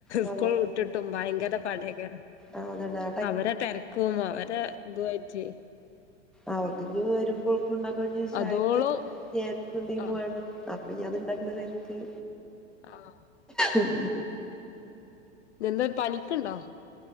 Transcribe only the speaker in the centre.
ആ
ആഹ് അതണാ
അവർക്ക് ഇഞ് വരുമ്പോൾക്ക് ഇണ്ടാക്കണം ചായക്ക്
സ്നാക് എന്തെങ്കിലും
വേണം. അപ്പൊ ഇഞ് അത് ഇണ്ടാക്ക്ണ തെര്ക്ക്.
ഉം